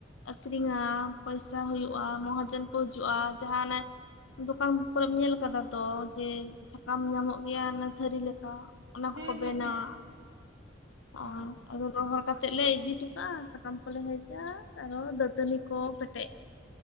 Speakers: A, on the left; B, on the right.
A: ᱟᱠᱷᱨᱤᱧᱟ ᱯᱚᱭᱥᱟ ᱦᱩᱭᱩᱜ-ᱟ ᱢᱚᱦᱟᱡᱚᱱ ᱠᱚ ᱦᱤᱡᱩᱜ-ᱟ ᱡᱟᱦᱟᱸᱱᱟᱜᱮ ᱫᱚᱠᱟᱱ ᱠᱚᱨᱮᱢ ᱧᱮᱞ ᱟᱠᱟᱫᱟ ᱛᱚ ᱡᱮ ᱥᱟᱠᱟᱢ ᱧᱟᱢᱚᱜ ᱜᱮᱭᱟ ᱚᱱᱟ ᱛᱷᱟᱹᱨᱤ ᱞᱮᱠᱟ ᱛᱚ ᱚᱱᱟ ᱠᱚᱠᱚ
B: ᱦᱮᱸ
A: ᱵᱮᱱᱟᱣᱟ
B: ᱦᱮᱸ ᱦᱮᱸ ᱚ
A: ᱟᱨ ᱨᱚᱦᱚᱲ ᱠᱟᱛᱮᱫ ᱞᱮ ᱤᱫᱤ ᱦᱚᱴᱚ ᱠᱟᱜ-ᱟ ᱥᱟᱠᱟᱢ ᱠᱚᱞᱮ ᱦᱮᱡᱟ ᱟᱨᱚ ᱫᱟᱹᱛᱟᱹᱱᱤ ᱠᱚ ᱯᱮᱴᱮᱡ